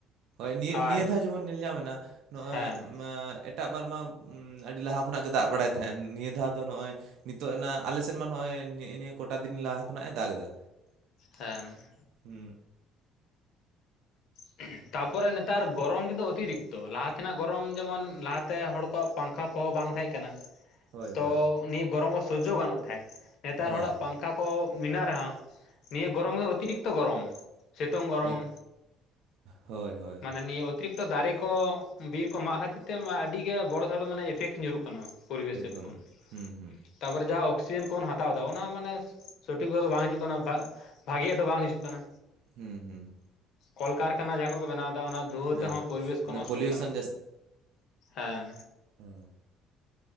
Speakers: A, on the right (about 70°); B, on the left (about 55°).
A: ᱦᱳᱭ ᱱᱤᱭᱟᱹ ᱱᱤᱭᱟᱹ
B: ᱟᱨ
A: ᱫᱷᱟᱣ ᱡᱮᱢᱚᱱ ᱧᱮᱞ ᱧᱟᱢᱱᱟ ᱱᱚᱜ ᱚᱭ
B: ᱦᱮᱸ
A: ᱢᱟ ᱮᱴᱟᱜ ᱵᱟᱨ ᱢᱟ ᱟᱹᱰᱤ ᱞᱟᱦᱟ ᱠᱷᱚᱱᱟᱜ ᱜᱮ ᱫᱟᱜ ᱵᱟᱲᱟᱭ ᱛᱟᱦᱮᱸᱱ ᱱᱤᱭᱟᱹ ᱫᱷᱟᱣ ᱫᱚ ᱱᱚᱜᱼᱚᱭ ᱱᱤᱛᱚᱜ ᱱᱟ ᱟᱞᱮ ᱥᱮᱫ ᱢᱟ ᱱᱚᱜᱼᱚᱭ ᱱᱮᱜᱼ ᱱᱤᱭᱟᱹ ᱠᱚᱴᱟ ᱫᱤᱱ ᱞᱟᱦᱟ ᱠᱷᱚᱱᱟᱜᱼ ᱮ ᱫᱟᱜᱽ ᱮᱫᱟ
B: ᱦᱮᱸ
A: ᱦᱩ
B: <inaudible> ᱛᱟᱯᱚᱨᱮ ᱱᱮᱛᱟᱨ ᱜᱚᱨᱚᱢ ᱠᱤᱱᱛᱩ ᱚᱛᱤᱨᱤᱠᱛᱚ ᱞᱟᱦᱟ ᱛᱮᱱᱟᱜ ᱜᱚᱨᱚᱢ ᱡᱮᱢᱚᱱ ᱞᱟᱦᱟᱛᱮ ᱦᱚᱲ ᱠᱚᱣᱟᱜ ᱯᱟᱝᱠᱷᱟ ᱠᱚᱦᱚᱸ ᱵᱟᱝ ᱛᱟᱦᱮᱸᱜ ᱠᱟᱱᱟ
A: ᱦᱳᱭ
B: ᱛᱚ
A: ᱦᱳᱭ
B: ᱱᱤᱭᱟᱹ ᱜᱚᱨᱚᱢ ᱠᱚ ᱥᱚᱡᱡᱚ ᱜᱟᱱᱚᱜ ᱛᱟᱦᱮᱸᱫ ᱱᱮᱛᱟᱨ
A: ᱦᱳᱭ
B: ᱦᱚᱲᱟᱜ ᱯᱟᱝᱠᱷᱟ ᱠᱚ ᱢᱮᱱᱟᱜ ᱨᱮᱦᱚᱸ ᱱᱤᱭᱟᱹ ᱜᱚᱨᱚᱢ ᱚᱛᱤᱨᱤᱠᱛᱚ ᱜᱚᱨᱚᱢ ᱥᱤᱛᱩᱝ ᱜᱚᱨᱚᱢ
A: ᱮᱠ ᱦᱳᱭ ᱦᱳᱭ
B: ᱢᱟᱱᱮ ᱱᱤᱭᱟᱹ ᱚᱛᱤᱨᱤᱠᱛᱚ ᱫᱟᱨᱮ ᱠᱚ ᱵᱤᱨ ᱠᱚ ᱢᱟᱜ ᱠᱷᱟᱹᱛᱤᱨ ᱛᱮ ᱟᱹᱰᱤ ᱜᱮ ᱵᱚᱲᱚ ᱥᱚᱲᱚ ᱢᱟᱱᱮ ᱮᱯᱷᱮᱠᱴ ᱧᱩᱨᱩᱜ ᱠᱟᱱᱟ ᱯᱚᱨᱤᱵᱮᱥᱮᱨ
A: ᱮᱠᱫᱚᱢ
B: <inaudible>
A: ᱦᱩᱸ ᱦᱩᱸ
B: ᱛᱟᱨᱯᱚᱨᱮ ᱡᱟᱦᱟᱸ ᱚᱠᱥᱤᱡᱮᱱ ᱠᱚᱵᱚᱱ ᱦᱟᱛᱟᱣ ᱫᱟ ᱚᱱᱟ ᱦᱚᱸ ᱢᱟᱱᱮ ᱥᱚᱴᱷᱤᱠ <inaudible> ᱫᱚ ᱵᱟᱝ ᱦᱤᱡᱩᱜ ᱠᱟᱱᱟ ᱵᱷᱟᱜᱤᱭᱟᱜ ᱫᱚ ᱵᱟᱝ ᱦᱤᱡᱩᱜ ᱠᱟᱱᱟ
A: ᱦᱩᱸ ᱦᱩᱸ
B: ᱠᱚᱞᱠᱟᱨᱠᱷᱟᱱᱟ ᱡᱟᱦᱟᱸ ᱠᱚᱨᱮ ᱠᱚ ᱵᱮᱱᱟᱣᱫᱟ ᱚᱱᱟ ᱫᱷᱩᱣᱟᱺ
A: ᱦᱮᱸ
B: ᱛᱮᱦᱚᱸ ᱯᱚᱨᱤᱵᱮᱥ ᱠᱚ
A: ᱚᱱᱮ
B: ᱱᱚᱥᱴᱚᱜ
A: ᱯᱚᱞᱤᱭᱩᱥᱚᱱ
B: ᱠᱟᱱᱟ, ᱦᱮᱸ
A: ᱦᱩ